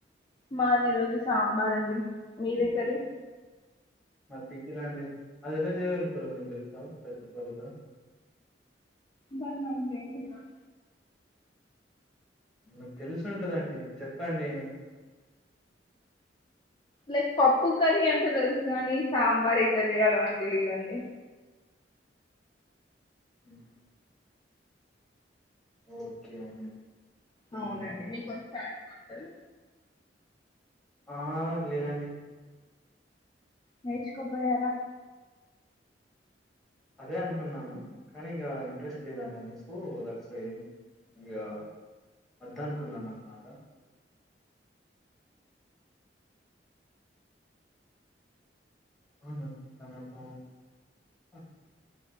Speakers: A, on the left (about 25°); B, in the centre.
A: మాది రోజు సాంబార్ అండి మీరేం కర్రీ
B: మా పిక్లా అండి అది ఎలా చేయగలుగుతారా మీకు తెలుసా సెట్ చెప్పగలుగుతారా
A: బా మదరా <unintelligible>
B: మీకు తెలిసు ఉంటదండి మీరు చెప్పండి
A: లైక్ పప్పు కర్రీ అంట తెలుసు కాని సాంబార్ ఇట్లా చేయలో నాకు తెలిదుండి
B: ఉమ్ ఓకే అండి
A: అవునండి మీకు వచ్చా అండి వంటలు
B: ఆ లేదండి
A: నేర్చుకోపోయారా
B: అదే అనుకున్నాను కానీ ఇక ఇంట్రెస్ట్ లేదండి అని సో దట్స్ వై ఇక వద్ద అనుకున్నాను అన్నమాట <unintelligible>